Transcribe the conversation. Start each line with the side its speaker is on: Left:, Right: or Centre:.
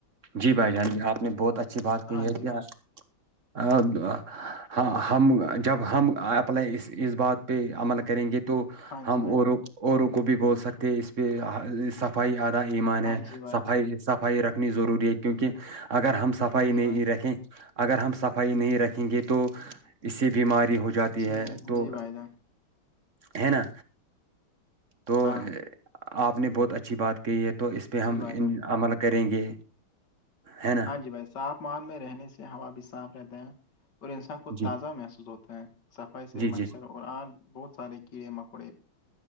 Right: جی بھائی جان جی آپ نے بہت اچھی بات کہ
Left: ہاں
Right: ہے
Left: جی
Right: کیا
Left: بھائی
Right: <unintelligible> ہاں ہم جب ہم اپلائی اس بات پہ عمل کریں گے تو تو
Left: ہاں جی
Right: ہم
Left: بھائی
Right: اوروں کو بھی بول سکتے ہیں اس پہ صفائی آدا ایمان
Left: ہاں
Right: ہے
Left: جی بھائی
Right: صفائی رکھنی ضروری ہے کیونکہ اگر ہم سب صفائی
Left: ہاں جی
Right: نہیں
Left: بھائی
Right: رکھیں اگر ہم صفائی نہیں رکھیں گے تو اس سے بیماری ہو جاتی
Left: جی
Right: ہے تو
Left: جی بھائی جان
Right: ہے نا تو
Left: ہاں
Right: آپ نے بہت اچھی بات کہی ہے تو اس پہ
Left: جی
Right: ہم
Left: بھائی جان
Right: عمل کریں گے ہے نا
Left: ہاں جی بھائی صاف مال میں رہنے سے ہوا بھی صاف رہتا ہے اور انسان کو
Right: جی
Left: تازہ محسوس ہوتا ہے صفائی سے
Right: جی جی
Left: مچھر اور آج بہت سارے کیڑے مکوڑے